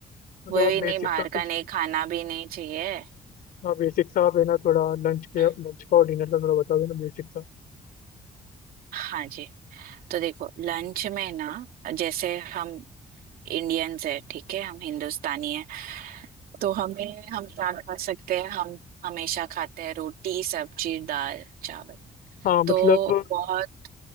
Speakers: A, on the left; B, on the right.
A: मतलब
B: वो
A: आप
B: भी नहीं
A: बेसिक
B: बाहर
A: सा
B: का
A: कुछ
B: नहीं खाना भी नहीं चाहिए
A: हाँ बेसिक सा आप है ना थोड़ा लंच के
B: हम्म,
A: लंच का और डिनर का थोड़ा बता दो ना बेसिक सा
B: हाँ जी तो देखो लंच में ना जैसे हम इंडियंस है ठीक है हम हिंदुस्तानी है तो हमें हम क्या खा सकते हैं हम हमेशा खाते हैं रोटी सब्जी दाल चावल
A: हाँ मतलब
B: तो बहुत